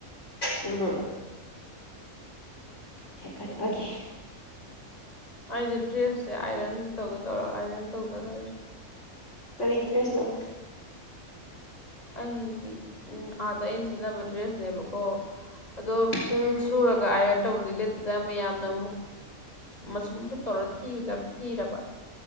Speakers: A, on the left; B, on the left.
A: ꯎꯝꯝ ꯊꯦꯛꯀꯠꯄꯒꯤ
B: ꯑꯗꯨꯒꯤ ꯑꯩꯁꯦ ꯗ꯭ꯔꯦꯁꯁꯦ ꯑꯥꯏꯔꯟꯗ ꯇꯧꯒꯦ ꯇꯧꯔꯒ ꯑꯥꯏꯔꯟ ꯇꯧꯗ ꯂꯩꯔꯦ
A: ꯀꯔꯤ ꯗ꯭ꯔꯦꯁ ꯅꯣ
B: ꯑꯩꯒꯤ ꯑꯥꯗ ꯑꯩꯅ ꯁꯦꯠꯅꯕ ꯗ꯭ꯔꯦꯁꯅꯦꯕꯀꯣ ꯑꯗꯣ
A: ꯎꯝ
B: ꯁꯨꯔꯒ ꯑꯥꯏꯔꯟ ꯇꯧꯕꯗꯤ ꯂꯤꯠ ꯑꯗ ꯃꯌꯥꯝꯅ ꯃꯁꯨꯝ ꯃꯁꯨꯝ ꯇꯧꯔ ꯊꯤꯕꯗ ꯊꯤꯔꯕ